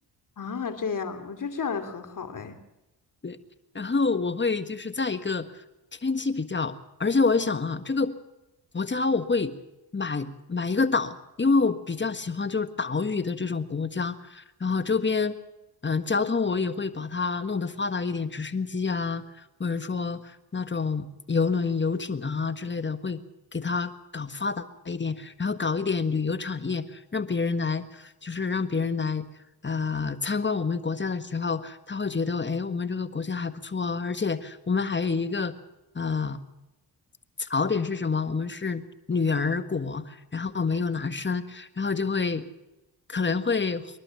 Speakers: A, on the left; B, on the left.
A: 啊，这样，我觉得这样也很好哎。
B: 对，然后我会就是在一个天气比较，而且我也想了这个国家，我会买买一个岛，因为我比较喜欢就是岛屿的这种国家，然后周边嗯交通我也会把它弄得发达一点，直升机啊，或者说那种游轮、游艇啊之类的，会给它搞发达一点，然后搞一点旅游产业。让别人来，就是让别人来呃参观我们国家的时候，他会觉得，哎，我们这个国家还不错哦，而且我们还有一个呃槽点是什么？我们是女儿国，然后没有男生，然后就会可能会